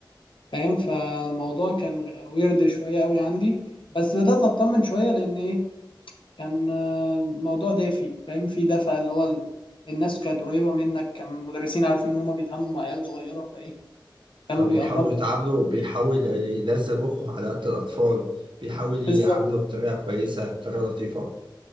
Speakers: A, on the left; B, on the right.
A: فاهم فالموضوع كان ويرد شويه قوي عندي بس بدات اطمن شويه لان ايه كان آه، الموضوع دافي فاهم في دفع اللي هو ال- الناس كانت قريبه منك كان المدرسين عارفين ان هم بيتعاملوا مع عيال صغيره فايه
B: فبيحاولوا
A: كانوا بيقربوا
B: يتعاملوا بيحاول ينزل مخه على قد الأطفال بيحاول يعامله
A: بالظبط
B: بطريقة كويسة بطريقة لطيفة